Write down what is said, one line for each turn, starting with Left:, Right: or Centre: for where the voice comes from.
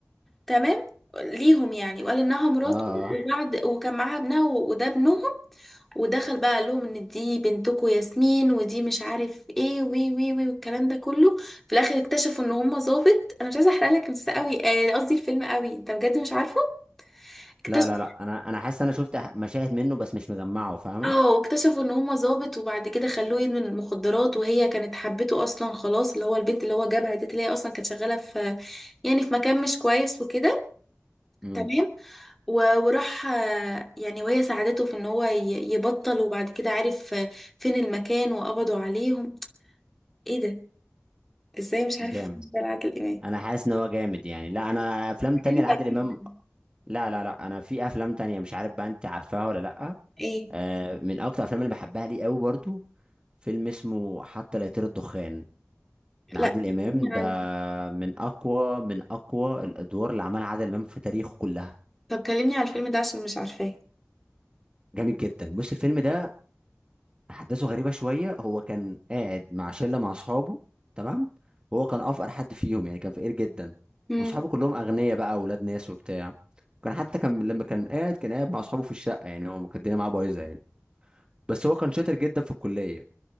Centre: تمام ليهم يعني وقال انها مراته
Right: اه اه
Centre: وبعد وكان معاها ابنها و- وده ابنهم ودخل بقى قال لهم ان دي بنتكم ياسمين ودي مش عارف ايه وي وي وي والكلام ده كله في الاخر اكتشفوا ان هم ظابط انا مش عايزه احرق لك بس قوي آه، قصدي الفيلم قوي انت بجد مش عارفه اكتشف
Right: لا لا لا انا انا حاسس انا شفت أح- مشاهد منه بس مش مجمعه فاهمه
Centre: اه واكتشفوا ان هم ظابط وبعد كده خلوه يدمن المخدرات وهي كانت حبته اصلا خلاص اللي هو البنت اللي هو جابها دي اللي هي اصلا كانت شغاله في يعني في مكان مش كويس وكده
Right: امم
Centre: تمام و- وراح آه، يعني وهي ساعدته في ان هو ي- يبطل وبعد كده عارف آه، فين المكان وقبضوا عليهم ايه ده ازاي مش عارف
Right: جامد
Centre: ده عادل امام
Right: انا حاسس ان هو جامد يعني لا انا افلام
Centre: حلوة
Right: تانية لعادل امام
Centre: جدا.
Right: لا لا لا انا في افلام تانية مش عارف بقى انت عارفاها ولا لا
Centre: ايه
Right: آه من اكتر الافلام اللي بحبها لي قوي برضو فيلم اسمه حتى لا يطير الدخان لعادل
Centre: لا
Right: امام
Centre: كلمني
Right: ده
Centre: عن
Right: من اقوى من اقوى الادوار اللي عملها عادل امام في تاريخه كلها
Centre: طب كلمني على الفيلم ده عشان مش عارفاه
Right: جامد جدا بص الفيلم ده احداثه غريبه شويه هو كان قاعد مع شله مع اصحابه تمام وهو كان افقر حد فيهم يعني كان فقير جدا
Centre: مم.
Right: واصحابه كلهم اغنياء بقى اولاد ناس وبتاع كان حتى كان لما كان قاعد كان قاعد مع اصحابه في الشقه يعني هو كان الدنيا معاه بايظه يعني بس هو كان شاطر جدا في الكليه